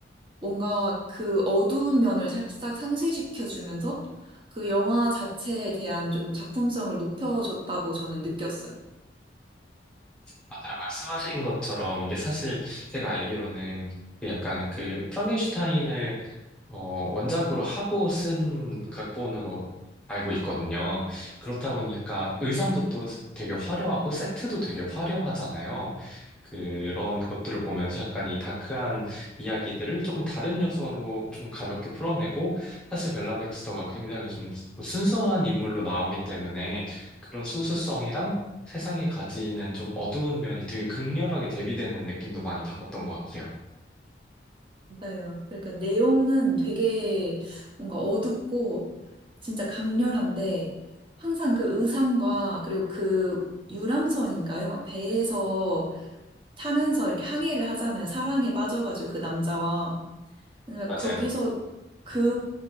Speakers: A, on the right; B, in the centre.
A: 뭔가 그 어두운 면을 살짝 상쇄시켜주면서 그 영화 자체에 대한 좀 작품성을 높여줬다고 저는 느꼈어요.
B: 맞아요. 말씀하신 것처럼 이게 사실 제가 알기로는 그 약간 그 프랑켄슈타인을 어, 원작으로 하고 쓴 각본으로 알고 있거든요. 그렇다 보니까 의상도 또 되게 화려하고 세트도 되게 화려하잖아요. 그런 것들을 보면서 약간 이 다크한 이야기들을 조금 다른 요소로 좀 가볍게 풀어내고 사실 벨라 백스터가 굉장히 좀 순수한 인물로 나오기 때문에 그런 순수성이랑 세상이 가지는 좀 어두운 면이 되게 극렬하게 대비되는 느낌도 많이 받았던 것 같아요.
A: 맞아요. 그러니까 내용은 되게 뭔가 어둡고 진짜 강렬한데 항상 그 의상과 그리고 그 유람선인가요? 막 배에서 타면서 이렇게 항해를 하잖아요. 사랑에 빠져가지고 그 남자와. 왜냐면
B: 맞아요.
A: 거기서 그